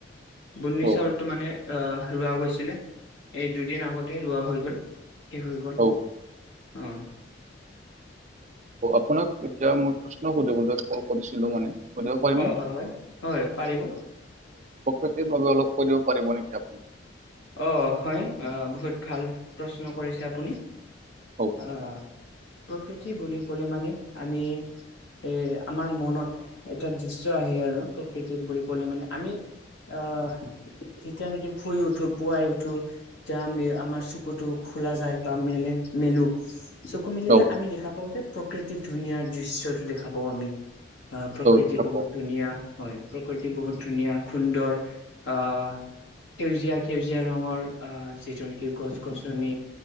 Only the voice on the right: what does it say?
অ
অ
অ আপোনাক এতিয়া মই প্ৰশ্ন সুধিবলৈ কল কৰিছিলো মানে। কৰিব পাৰিম
নে?
প্ৰকৃতিৰ বাবে অলপ কৈ দিব পাৰিব নেকি? <unintelligible>
অ',
অ',
দেখা
পাওঁ